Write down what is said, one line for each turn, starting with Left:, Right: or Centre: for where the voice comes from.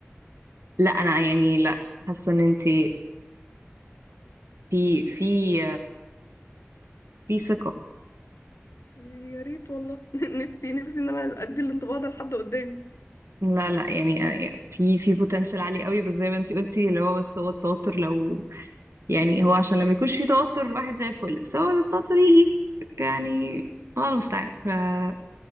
Right: لا انا يعني لا حاسة ان انت في في في ثقة
Left: يعني يا ريت والله <laughs> نفسي نفسي ان انا ادي الانطباع ده لحد قدامي
Right: لا لا يعني يعني في في بوتنشال عالي قوي بس زي ما انت قلتي اللي هو بس هو التوتر لو يعني هو عشان لما يكونش فيه توتر الواحد زي الفل بس هو لو التوتر يجي يعني الله المستعان ف-